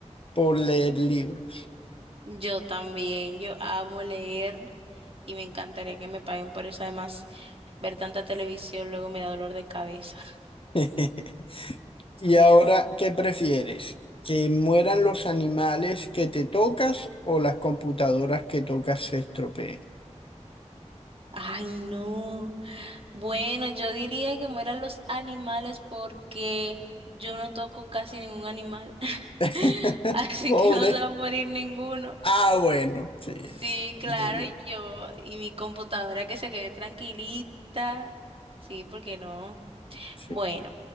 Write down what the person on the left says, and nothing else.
por leer libros.
<laughs> Y
ahora,
¿qué prefieres? ¿Que mueran los animales que te tocas o las computadoras que tocas se estropeen?
<laughs>
Pobre.
Ah, bueno, sí, eso
está
muy bien.
Sí.